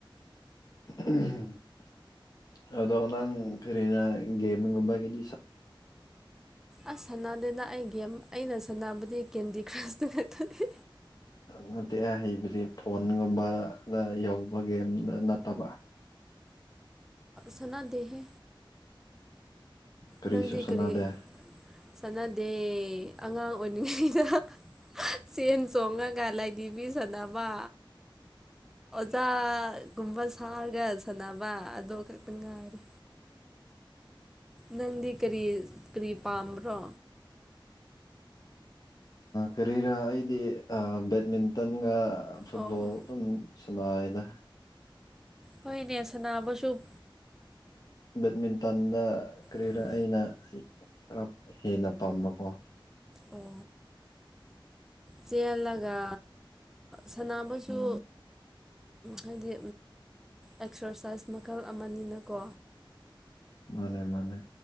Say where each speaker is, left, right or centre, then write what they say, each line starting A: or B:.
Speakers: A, on the left; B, in the centre.
A: <inaudible> ꯑꯗꯣ ꯅꯪ ꯀꯔꯤꯅ ꯒꯦꯝꯒꯨꯝꯕꯒꯤꯗꯤ ꯁ
B: ꯑꯁ ꯁꯥꯟꯅꯗꯦꯅ ꯑꯩꯒꯤꯦꯝ ꯑꯩꯅ ꯁꯥꯟꯅꯕꯗꯤ ꯀꯦꯟꯗꯤ ꯀ꯭ꯔꯁꯇ ꯉꯥꯛꯛꯇꯅꯤ
A: ꯅꯠꯇꯦ ꯑ ꯍꯩꯕꯗꯤ ꯐꯣꯟꯒꯨꯝꯕꯗ ꯌꯧꯕ ꯒꯦꯝꯗ ꯅꯠꯇꯕ
B: ꯁꯅꯥꯗꯦꯍꯦ
A: ꯀꯔꯤꯁꯨ
B: ꯅꯪꯗꯤ
A: ꯁꯥꯟꯅꯗꯦ
B: ꯀꯔꯤ ꯆꯥꯟꯅꯗꯦ ꯑꯉꯥꯡ ꯑꯣꯏꯔꯤꯉꯩꯗ ꯆꯦꯟ ꯆꯣꯡꯉꯒ ꯂꯥꯏꯙꯤꯕꯤ ꯁꯅꯕ ꯆꯥꯒꯨꯝꯕ ꯁꯥꯔꯒ ꯁꯥꯟꯅꯕ ꯑꯗꯨꯗ ꯈꯛꯇꯪ ꯉꯥꯏꯔꯦ ꯅꯪꯗꯤ ꯀꯔꯤ ꯀꯔꯤ ꯄꯥꯝꯕ꯭ꯔꯣ
A: ꯀꯔꯤꯔꯥ ꯑꯩꯗꯤ ꯕꯦꯠꯃꯤꯟꯇꯟꯒ ꯐꯨꯠꯕꯣꯜ
B: ꯑꯣ ꯑꯣ
A: ꯑꯗꯨꯝ ꯁꯉꯏꯗ
B: ꯍꯣꯏꯅꯦꯁꯅꯥꯕꯁꯨ
A: ꯕꯦꯠꯃꯤꯟꯇꯟꯗ ꯀꯔꯤꯔ
B: ꯎꯝ
A: ꯑꯩꯅ ꯈꯔ ꯍꯦꯟꯅ ꯄꯥꯝꯕꯀꯣ
B: ꯑꯣ ꯆꯦꯜꯂꯒ ꯁꯅꯕꯁꯨ ꯍꯥꯏꯗꯤ ꯑꯦꯛꯁꯔꯁꯥꯏꯁ ꯃꯈꯜ ꯑꯃꯅꯤꯅꯀꯣ
A: ꯃꯥꯅꯦ ꯃꯥꯅꯦ